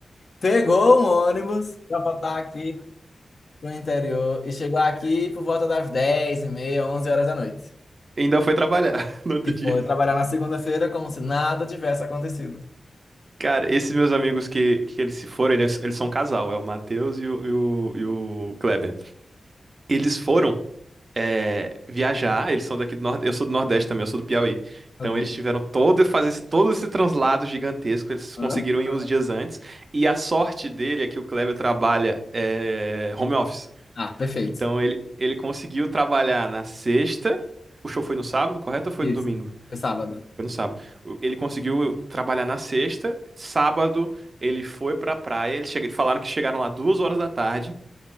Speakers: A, on the left; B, on the right.
A: pegou um ônibus pra voltar aqui pro interior e chegou aqui por volta das 10 e meia, 11 horas da noite.
B: Ainda foi trabalhar <laughs> no outro
A: E
B: dia.
A: foi trabalhar na segunda-feira como se nada tivesse acontecido.
B: Cara, esses meus amigos que, que eles se foram, eles, eles são um casal, é o Matheus e o, e o, e o Kleber. Eles foram é, viajar, eles são daqui do Nordeste, eu sou do Nordeste também, eu sou do Piauí.
A: Ok.
B: Então eles tiveram todo, fazer esse, todo esse translado gigantesco, eles
A: Hã?
B: conseguiram ir uns dias antes. E a sorte dele é que o Kleber trabalha é, home office.
A: Ah, perfeito.
B: Então ele, ele conseguiu trabalhar na sexta, o show foi no sábado, correto? Ou foi
A: Isso.
B: no domingo?
A: Foi sábado.
B: Foi no sábado. O- Ele conseguiu trabalhar na sexta. Sábado, ele foi pra praia. Eles chega- falaram que chegaram lá duas horas da tarde.